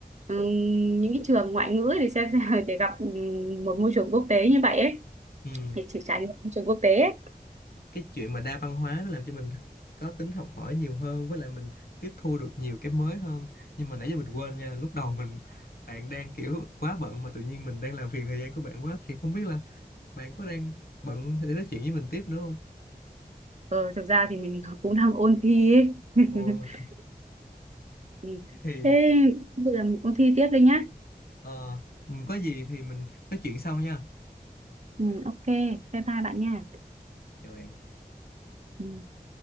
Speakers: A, on the right; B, on the left.
A: ừ, những cái trường ngoại ngữ để xem, <laughs> xem để gặp ừ, một môi trường quốc tế như vậy ấy
B: Ừm,
A: thì chỉ trải nghiệm môi trường quốc tế ấy.
B: cái chuyện mà đa văn hóa nó làm cho mình có tính học hỏi nhiều hơn với lại mình tiếp thu được nhiều cái mới hơn nhưng mà nãy giờ mình quên nha lúc đầu mình bạn đang kiểu quá bận mà tự nhiên mình đang làm phiền thời gian của bạn quá thì không biết là bạn có đang bận để nói chuyện với mình tiếp nữa không
A: Ờ, thực ra thì mình <laughs> cũng đang ôn thi ấy. <laughs>
B: Ồ,
A: Ừ.
B: thì
A: Thế bây giờ mình ôn thi tiếp đây nhá.
B: ờ, có gì thì mình nói chuyện sau nha
A: Ừ, ok, bye bye bạn nha.
B: chào bạn
A: Ừ.